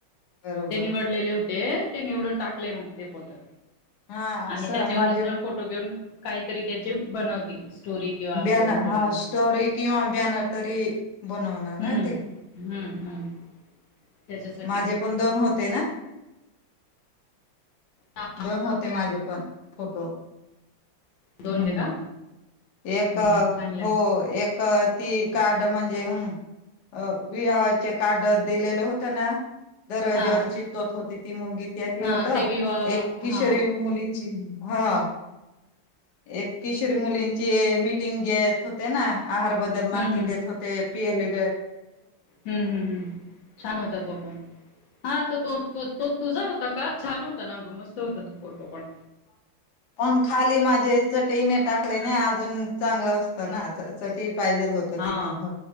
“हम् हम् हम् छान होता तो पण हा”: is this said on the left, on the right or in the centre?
Left